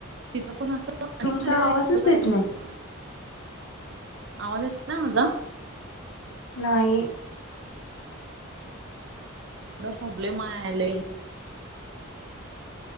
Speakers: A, on the right; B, on the left.
A: तिथं पण असं खाली
B: तुमचा
A: जायचं
B: आवाजच
A: फय्या
B: येत नाही.
A: तो. आवाज येत नाही माझा.
B: नाही.
A: एवढा प्रॉब्लेमले.